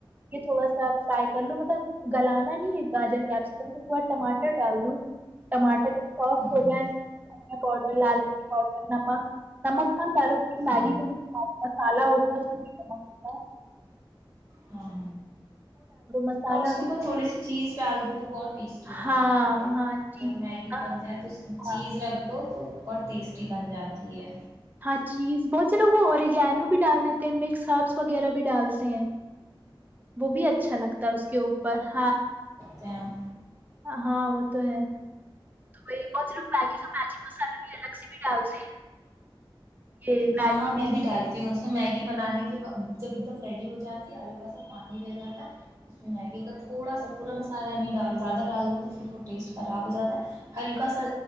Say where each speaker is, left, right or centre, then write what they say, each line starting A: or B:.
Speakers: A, on the right; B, on the right.
A: یہ تھوڑا سا فرائی کر لو مطلب گلانا نہیں ہے گاجر کیپسکم اس کے بعد ٹماٹر ڈال دوں ٹماٹر سافٹ
B: ہوں
A: ہو جائے دن پاؤڈر لال مر نمک مکان ڈالو کیہ
B: ہاں
A: میگی میں بھی مسالہ ہوتا ہے ا
B: ہاں
A: مسالہ
B: اور اس کے اوپر تھوڑی سی چیز ڈال دو تو وہ ٹیسٹی ہو
A: ہاں
B: جاتی ہے
A: ہاں
B: جب
A: چیز
B: میگی
A: ہاں
B: بن جائے تو اس کی چیز
A: ہاں
B: رکھ دو تو اور ٹیسٹی بن جاتی ہے
A: ہاں چیز بہت سے لوگ اوریگینو بھی ڈال دیتے ت مکس سرپس وغیرہ بھی ڈالتے سے ہے وہ بھی اچھا لگتا ہے اس کے اوپر ہاں
B: پم
A: ہاں وہ تو ہے تو بہت لوگ میگی کا میجگ مسالہ بھی الگ سے بھی ڈالتے ہیں یہ
B: ہاں
A: میگی
B: میں بھی ڈالتی ہوں تو میگی بنانے کے جب ایک دم ریڈی ہو جاتی ہے ہلکا سا پانی رہ جاتا ہے اس میں میگی کا تھوڑا سا پورا مسالہ نہیں ڈالو زیادہ ڈال دو تو پھر وہ ٹیسٹ خراب ہو جاتا ہے ہلکا سا